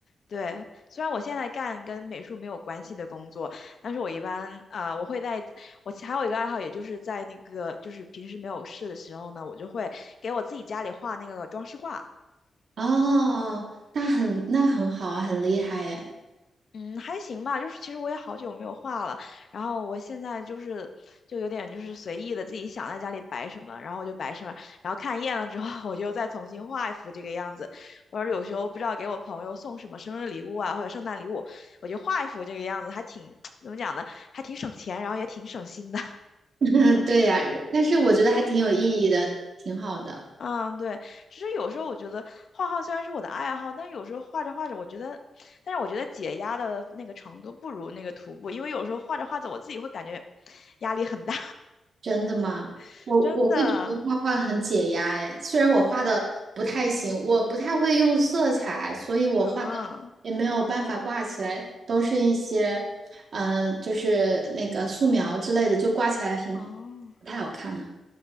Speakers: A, on the left; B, on the right.
A: 对，虽然我现在干跟美术没有关系的工作，但是我一般啊、呃我会在我其还有一个爱好，也就是在那个就是平时没有事的时候呢，我就会给我自己家里画那个装饰画。
B: 哦，那很那很好啊，很厉害呀。
A: 嗯，还行吧，就是其实我也好久没有画了，然后我现在就是就有点就是随意的自己想在家里摆什么，然后就摆什么，然后看厌了之后，我就再重新画一幅这个样子，或者有时候不知道给我朋友送什么生日礼物啊，或者圣诞礼物，我就画一幅这个样子，还挺 <tsk> 怎么讲呢，还挺省钱，然后也挺省心的。
B: <laughs> 对呀，但是我觉得还挺有意义的，挺好的。
A: 嗯，对，其实有时候我觉得画画虽然是我的爱好，但有时候画着画着，我觉得，但是我觉得解压的那个程度不如那个徒步，因为有时候画着画着，我自己会感觉 <sniffs> 压力很大，
B: 真的吗？
A: <laughs>
B: 我我会觉得画画很解压耶，
A: 真的。
B: 虽然我画的不太行，
A: 嗯
B: 我不太会用色彩，所以我画的
A: 啊
B: 也没有办法挂起来，都是一些，嗯、就是那个素描之类的，就挂起来很
A: 哦，
B: 不太好看了。